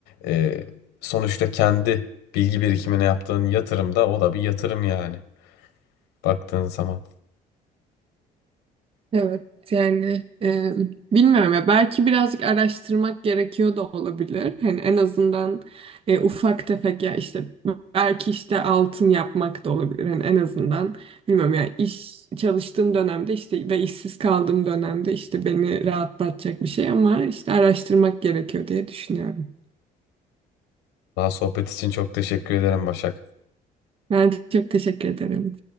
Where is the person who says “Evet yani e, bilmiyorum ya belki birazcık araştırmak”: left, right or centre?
Right